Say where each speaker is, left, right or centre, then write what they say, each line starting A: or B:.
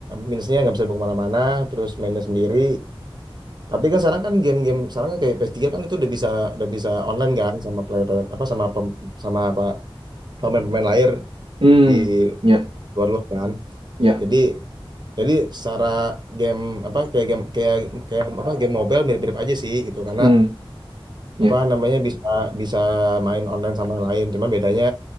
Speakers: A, on the right; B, on the right.
A: minusnya nggak bisa dibawa kemana-mana. Terus mainnya sendiri tapi kan sekarang kan game-game sekarang kan kayak PS3 kan itu udah bisa udah bisa online kan sama player player- apa sama pem, sama apa pemain-pemain lain
B: Hmm.
A: di
B: Ya,
A: luar luar kan.
B: ya.
A: Jadi jadi secara game apa kayak game kayak kayak apa game mobile mirip-mirip aja sih gitu karena
B: Hmm. Ya.
A: apa namanya bisa bisa main online sama yang lain. Cuma bedanya